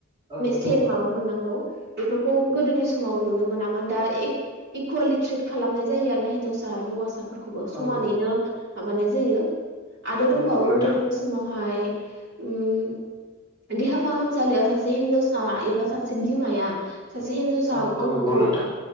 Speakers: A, on the right; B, on the right.
A: औ नंगौ
B: सेम माबा मोननांगौ बेफोरखौ गोदोनि समाव नुनो मोनामोन दा इकुवेलि ट्रिट खालामनाय जायो आरोा हिनजावसा हौवसाफोरखौ खौबो समानैनो
A: औ नंगौ
B: माबानाय जायो आरो
A: औ
B: दंबावो
A: नंगौ नोंथां
B: गोदोनि समावहाय उम देहा फाहामसालियाव सासे हिनजावसा एबा सासे बिमाया सासे हिनजावसा
A: औ औ
B: गथ'खौ
A: नंगौ नोंथां